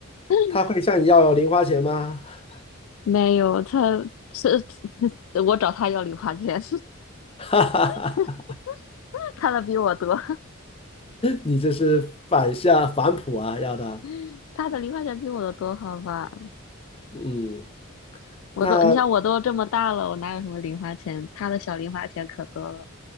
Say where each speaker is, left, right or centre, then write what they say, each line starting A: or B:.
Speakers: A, on the left (about 70°); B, on the left (about 25°).
A: <laughs>
B: 他会向你要零花钱吗？<laughs>
A: 没有，它是 <laughs> 我找它要零花钱，
B: 哈哈哈哈，
A: <laughs> 它的比我多，
B: 你这是反向反哺啊，要的。
A: <laughs> 它的零花钱比我的多，好吧。
B: 嗯，
A: 我都，
B: 那
A: 你想我都这么大了，我哪有什么零花钱？他的小零花钱可多了。